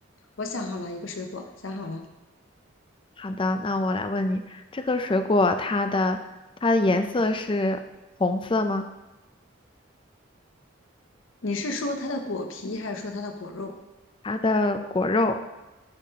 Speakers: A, on the left (about 85°); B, on the left (about 25°).
A: 我想好了一个水果，想好了，
B: 好的，那我来问你，这个水果它的它的颜色是红色吗？
A: 你是说它的果皮还是说它的果肉？
B: 它的果肉，